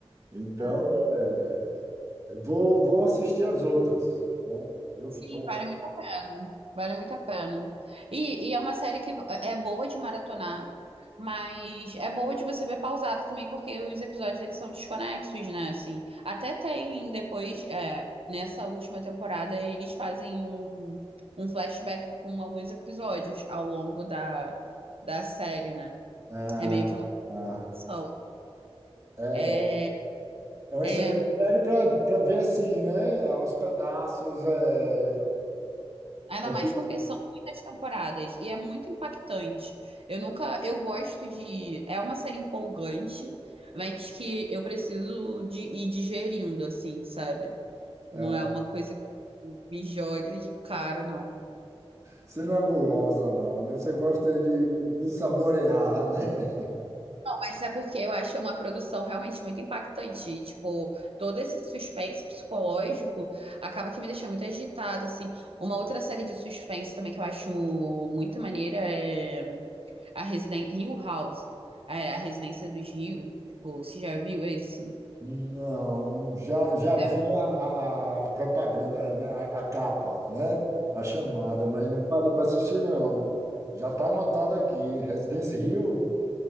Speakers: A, on the right; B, on the right.
A: Então,
B: ah,
A: é, Vou, vou assistir as outras, né? Eu
B: Sim,
A: que estou.
B: vale muito a pena. Vale muito a pena. E, e é uma série que é boa de maratonar, mas é boa de você ver pausado também, porque os episódios eles são desconexos, né? Assim, até tem depois, é, nessa última temporada, eles fazem um, um flashback com alguns episódios ao longo da, da série, né?
A: Ah,
B: É meio que uma.
A: ah.
B: continuação.
A: é,
B: É,
A: é uma
B: é,
A: excelente série para ver assim, né? Aos pedaços. É,
B: Ainda
A: é-
B: mais porque são muitas temporadas e é muito impactante. Eu nunca, eu gosto de, é uma série empolgante, mas que eu preciso de ir digerindo assim, sabe?
A: é.
B: Não é uma coisa que me jogue de cara, não.
A: você não é gulosa, não, né? Você gosta de, de saborear, né?
B: Mas é porque eu acho uma produção realmente muito impactante. E, tipo, todo esse suspense psicológico acaba que me deixa muito agitada, assim. Uma outra série de suspense também que eu acho muito maneira é a Residen Hill House, é, a Residência dos Hill. Tipo, você já viu esse?
A: Não, já, já vi
B: É.
A: a, a propaganda, né? A, a capa, né? A chamada, mas não parei para assistir, não. Já está anotado aqui. Residence Hill?